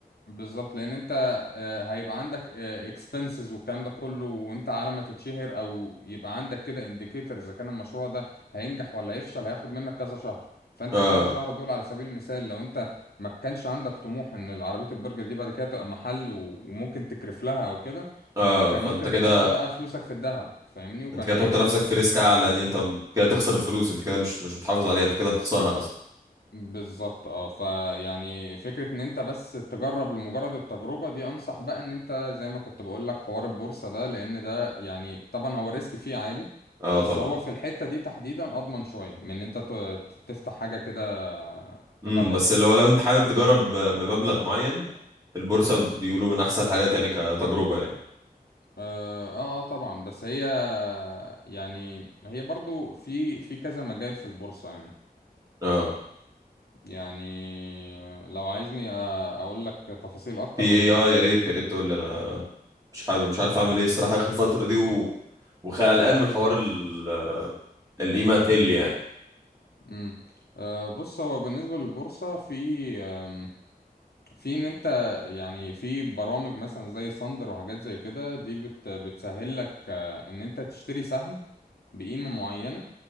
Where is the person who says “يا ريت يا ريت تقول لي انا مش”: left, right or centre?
Right